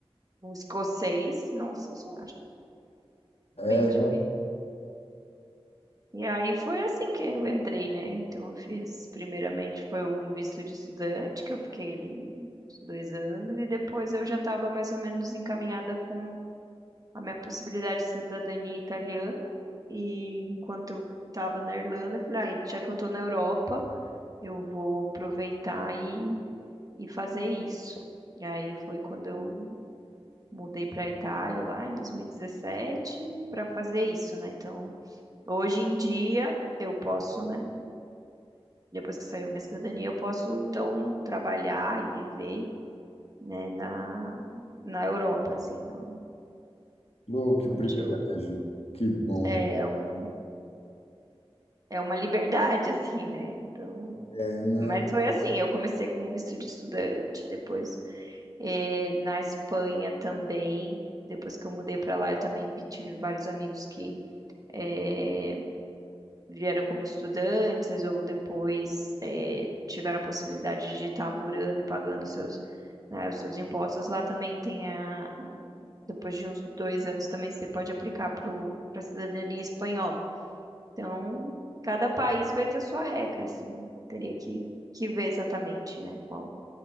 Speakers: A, on the right (about 35°); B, on the left (about 80°).
A: um escocês. Nossa senhora,
B: É,
A: bem de vida. E aí foi assim que eu entrei, né? Então eu fiz, primeiramente, foi um visto de estudante, que eu fiquei ali uns dois anos, e depois eu já estava mais ou menos encaminhada com a minha possibilidade de cidadania italiana. E enquanto eu estava na Irlanda, eu falei, aí, já que eu estou na Europa, eu vou aproveitar e, e fazer isso. E aí foi quando eu Mudei para a Itália lá em 2017 para fazer isso, né? Então, hoje em dia eu posso, né? Depois que saiu a minha cidadania, eu posso então trabalhar e viver, né, na, na Europa, assim, não,
B: louco, que
A: onde
B: privilégio,
A: eu
B: que bom.
A: é um, é uma liberdade <laughs> assim, né? Então,
B: É, né?
A: mas foi assim, eu comecei com o visto de estudante, depois eh, na Espanha também, depois que eu mudei para lá, eu também vi- tive vários amigos que é, vieram como estudantes ou depois eh, tiveram a possibilidade de estar morando e pagando seus, né, os seus impostos, lá também tem a, depois de uns dois anos também você pode aplicar para a cidadania espanhola. Então, cada país vai ter a sua regra, assim, teria que, que ver exatamente, né, qual